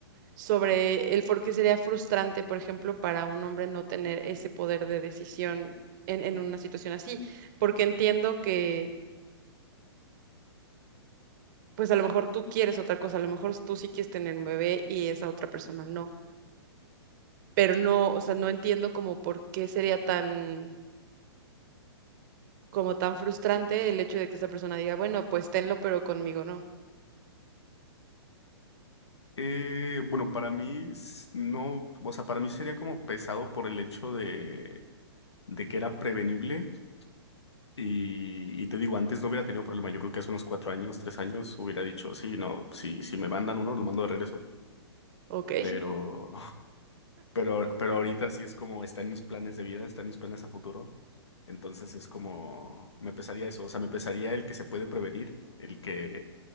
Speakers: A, on the right; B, on the left.
A: sobre el por qué sería frustrante, por ejemplo, para un hombre no tener ese poder de decisión en, en una situación así, porque entiendo que, pues a lo mejor tú quieres otra cosa, a lo mejor tú sí quieres tener un bebé y esa otra persona no, pero no, o sea, no entiendo como por qué sería tan, como tan frustrante el hecho de que esa persona diga, bueno, pues tenlo, pero conmigo no,
B: Eh, bueno, para mí s- no, o sea, para mí sería como pesado por el hecho de, de que era prevenible Y, y te digo, antes no hubiera tenido problema. Yo creo que hace unos cuatro años, tres años, hubiera dicho, sí, no, si, si me mandan uno, lo mando de regreso.
A: ¿ok?
B: Pero, <laughs> pero, pero ahorita sí es como, está en mis planes de vida, está en mis planes a futuro. Entonces es como, me pesaría eso. O sea, me pesaría el que se puede prevenir, el que